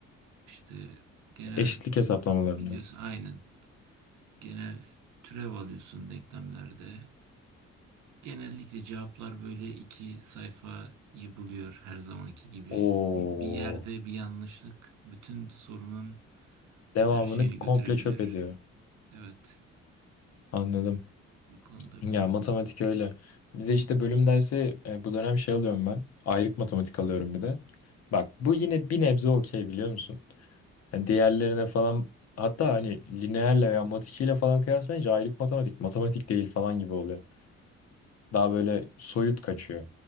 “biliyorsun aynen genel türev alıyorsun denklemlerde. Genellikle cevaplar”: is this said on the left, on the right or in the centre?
Right